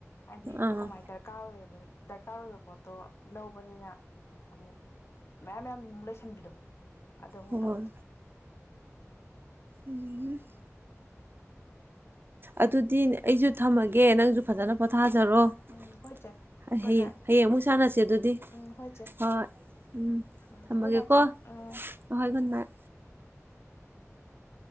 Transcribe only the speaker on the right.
ꯑꯥ
ꯍꯣꯏ
ꯎꯝ ꯑꯗꯨꯗꯤ ꯑꯩꯁꯨ ꯊꯝꯃꯒꯦ ꯅꯪꯁꯨ ꯐꯖꯅ ꯄꯣꯊꯥꯖꯔꯣ ꯐꯖꯔꯣ
ꯍꯌꯦꯡ
ꯍꯌꯦꯡꯃꯨꯛ ꯁꯥꯟꯅꯁꯦ ꯑꯗꯨꯗꯤ
ꯍꯣꯏ ꯎꯝ
ꯊꯝꯃꯒꯦꯀꯣ
ꯍꯣꯏ ꯒꯨꯠ ꯅꯥꯏꯠ